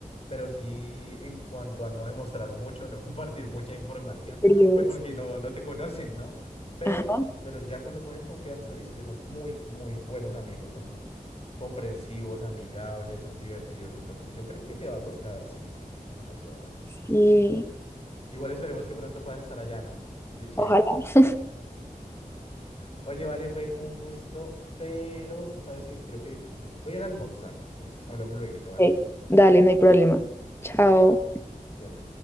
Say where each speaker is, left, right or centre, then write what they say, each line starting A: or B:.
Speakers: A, on the left; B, on the left.
A: pero sí en cuanto a no demostrar mucho, no <laughs> compartir mucha información,
B: Fríos.
A: pues porque no, no te conocen, ¿no? Pero,
B: Ajá.
A: pero ya cuando cogen confianza, dices que son muy, muy buenos amigos, son comprensivos, amigables, son divertidos, entonces yo creo que te va a gustar, sí, es lo más probable.
B: Y
A: Igual esperemos que pronto puedas estar allá, ¿no? Qué chévere.
B: Ojalá. <laughs>
A: Oye, vale, fue un gusto, pero sabes que creo que voy a ir a almorzar. Entonces, hablamos luego, ¿vale?
B: Ok, Dale, no hay problema. Chao.
A: Fíjate.